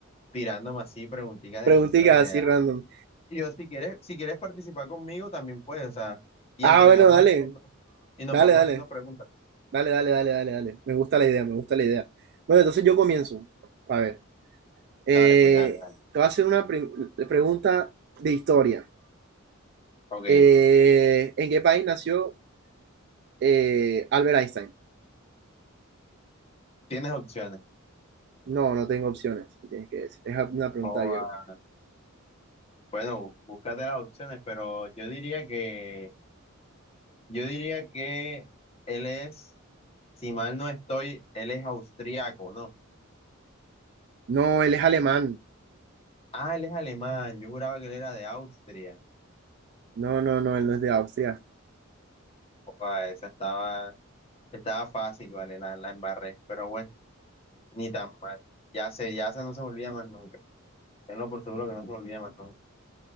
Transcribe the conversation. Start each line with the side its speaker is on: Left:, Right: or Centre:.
Left: tirándome así preguntitas
Right: Preguntitas
Left: de cultura general?
Right: así random.
Left: Y yo, si quieres, si quieres participar conmigo, también puedes, o sea, y
Right: Ah,
Left: entrenamos
Right: bueno, dale.
Left: aquí los dos y nos
Right: Dale,
Left: vamos
Right: dale.
Left: haciendo preguntas.
Right: Dale, dale, dale, dale, dale. Me gusta la idea, me gusta la idea. Bueno, entonces yo comienzo. A ver. Eh,
Left: Dale, pues dale, dale.
Right: te voy a hacer una prim- pregunta de historia.
Left: Ok,
Right: Eh, ¿en qué país nació eh, Albert Einstein?
Left: tienes opciones.
Right: No, no tengo opciones, me tienes que decir. Es una pregunta
Left: O,
Right: abierta.
Left: ah, bueno, búscate las opciones, pero yo diría que, yo diría que él es, si mal no estoy, él es austríaco ¿no?
Right: No, él es alemán.
Left: Ah, él es alemán, yo juraba que él era de Austria.
Right: No, no, no, él no es de Austria.
Left: Joda, esa estaba, estaba fácil, vale, la, la embarré, pero bueno, ni tan mal. Ya se, ya se no se me olvida más nunca. Tenlo por seguro que no se lo olvida, matón.